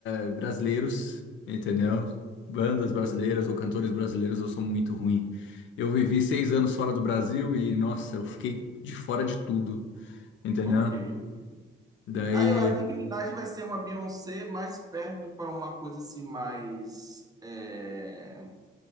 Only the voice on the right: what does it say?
Ok, ok.
Aí a Nicki Minaj vai ser uma Beyoncé mais perto para uma coisa assim, mais. é,